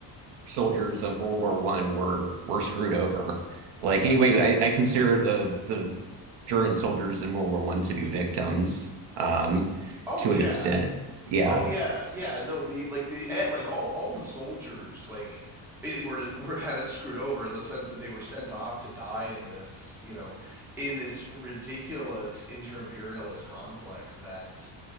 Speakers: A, on the right; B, in the centre.
A: soldiers of World War One were were screwed over. Like anyway, I I consider the the German soldiers in World War One to be victims um,
B: Oh
A: to
B: yeah,
A: an extent. Yeah.
B: oh yeah, yeah. No, the like the eh, like all all the soldiers like it, were were kind of screwed over in the sense that they were sent off to die in this you know in this ridiculous inter-imperialist conflict that